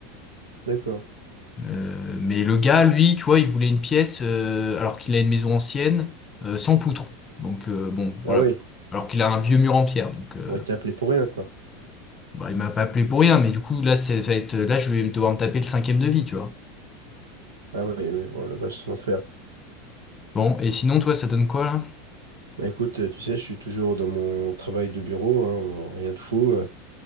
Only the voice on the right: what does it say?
D'accord.
Ah oui,
ouais, t'es appelé pour rien, quoi.
Ah oui, oui, oh la vache, c'est l'enfer.
Bah écoute, euh, tu sais, je suis toujours dans mon travail de bureau, hein, rien de fou. euh,